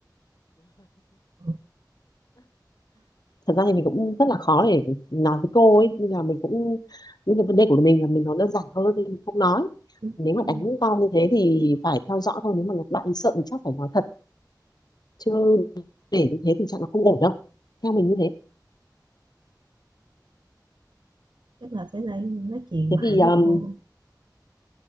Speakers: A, on the right; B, on the left.
A: Ừ,
B: thật ra thì mình cũng rất là khó để nói với cô ấy nên là mình cũng những cái vấn đề của mình là mình nó đơn giản hơn thì mình không nói
A: ừ,
B: nếu mà
A: ừ.
B: đánh con như thế thì phải theo dõi thôi nếu mà bạn ấy sợ thì chắc phải nói thật chứ để như thế tình trạng nó không ổn đâu theo mình như thế
A: chắc là phải lại nói chuyện
B: thế
A: lại
B: thì ừm,
A: với cô